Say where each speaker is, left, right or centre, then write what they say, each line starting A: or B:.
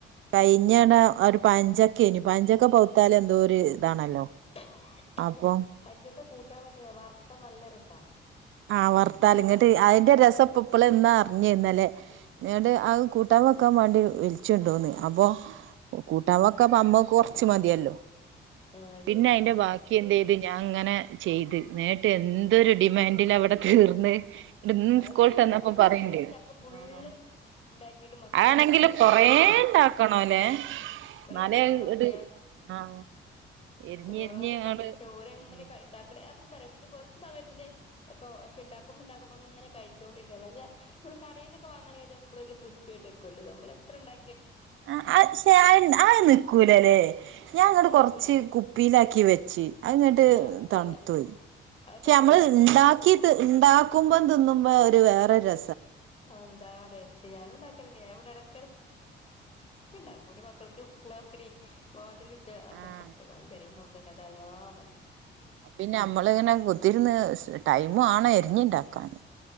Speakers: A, on the right (about 80°); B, on the left (about 30°).
A: കഴിഞ്ഞട ഒരു പഞ്ചക്കെനു പഞ്ചൊക്ക പൗത്താല് എന്തോ ഒര് ഇതാണല്ലോ
B: <unintelligible>
A: അപ്പം
B: പഞ്ചൊക്ക കൂ ട്ടാൻ വെച്ച വർത്ത നല്ല രസാ
A: ആഹ് വർത്താൽ
B: നമ്മള്
A: ഇങ്ങട്ട് അതിന്റെ രസപ്പപ്പള എന്നാ ഇഞ്ഞ ഇന്നലേ ന്നോട് ആ കൂട്ടാൻ വെക്കാൻ വേണ്ടി വിളിച്ചുണ്ടോന്ന് അപ്പൊ കൂട്ടാൻ വക്കാപ്പ അമ്മ കൊറച്ച് മതിയല്ലോ
B: ആഹ്
A: പിന്നെ
B: ശരിയാ
A: അയിന്റെ ബാക്കി എന്ത് ചെയ്തു ഞാൻ അങ്ങനെ ചെയ്ത് നേട്ട് എന്തൊരു ഡിമാൻഡ് ടിലാ വിട തീർന്ന്
B: അത്
A: സ്കൂളിട്ട്
B: തീരും,
A: വന്നപ്പോ
B: അത്
A: പറയണ്ട്
B: ഞാൻ ഒരു ചക്ക ഫുള്ള്
A: ആഹ്
B: ഒണ്ടാക്കിട്ട് മക്കൾക്ക്
A: അതാണെങ്കില്
B: തികയൂല,
A: കൊറേ
B: ഓല്
A: ഇണ്ടാക്കണോല്ലേ
B: കൊറേ
A: എന്നാലേ
B: ഒണ്ടാക്കണം
A: അത്
B: ഞാൻ
A: ആഹ് എരിഞ്ഞ്
B: ഒരുപാട്ണ്ടാക്കണം,
A: എരിഞ്ഞ് അങ്ങട്
B: ക്ഷെ ഓരങ്ങനെ
A: ഉം
B: ഇണ്ടാക്കണെ എന്താ പിന്നെ കൊറച്ച് സമയത്തിന് ഒക്കെ ക്ഷെ ഒണ്ടാക്കുമ്പോ ണ്ടാക്കുമ്പോ ഇങ്ങനെ കഴിച്ചോണ്ടിരിക്കുവല്ലെ ഞാ മ്മള് കടേ ന്നൊക്കെ വാങ്ങണേനെപ്പളൊരു ക്രിസ്പിയായിട്ട്ക്കുവല്ലോ നമ്മളെത്ര എണ്ടാ
A: ആ ആ ശേ ആ ആയ് നിക്കൂലല്ലേ ഞാൻ ങ്ങട്ട് കൊറച്ച്
B: നിക്കൂല
A: കുപ്പിലാക്കി ക്കി വെച്ചി അത്ങ്ങട്ട്
B: ഇല്ല നിക്കൂല
A: തണുത്തുപോയ്
B: അത്
A: ഷെ
B: തണുത്തു
A: മ്മള്
B: അത് പിന്നെ
A: ണ്ടാക്കിട്ട്
B: രസം
A: ണ്ടാക്കുമ്പോം തിന്നുമ്പോ ഒരു വേറൊരു ര
B: കാന്താ ഡേ ഫ്യാനും ഉണ്ടാക്കലന്നെ ഞാഇവിടെവിട കട് ക്കെണ്ടാക്കും ന്റെ മക്കൾക്ക് കുടാക്കിണി ഹോട്ടലിഷ് ട് ആ ചക്കവറത്തത്
A: ആഹ്
B: ചെറിയ മോൾ ക്ക കഥായാ മതി <unintelligible>
A: പിന്നെ മ്മള് ഇങ്ങനെ കുത്തിരുന്ന് സ് ടൈമു ആണ്‌ എരിഞ്ഞുണ്ടാക്കാന്